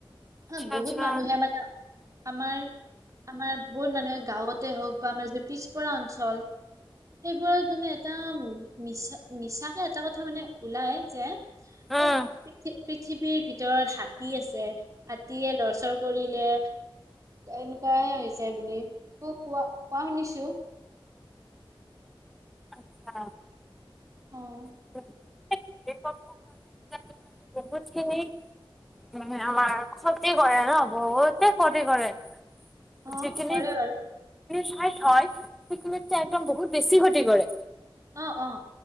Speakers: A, in the centre; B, on the right.
A: আচ্ছা
B: হা বহুত
A: আচ্ছা।
B: মানুহে মানে আমাৰ, আমাৰ বহুত মানুহে গাঁৱতে হওঁক বা আমাৰ যে পিছপৰা অঞ্চল সেইবোৰত মানে এটা মিছা মিছাকে এটা কথা মানে ওলাই যে অ',
A: উম।
B: পিঠি পৃথিৱীৰ ভিতৰত হাতী আছে, হাতীয়ে লৰচৰ কৰিলে এনেকুৱাহে হৈছে বুলি, ক কোৱা কোৱা শুনিছোঁ।
A: আচ্ছা।
B: অ'।
A: <unintelligible> তোমাৰটো বহুতখিনি উম, আমাৰ ক্ষতি কৰে ন, বহুতে ক্ষতি কৰে। <inaudible>
B: অ
A: সিখিনি
B: কৰে বাৰু
A: ঠাইত হয়, সেইখিনি ঠাইত একদম বহুত বেছি ক্ষতি কৰে।
B: অ', অ'।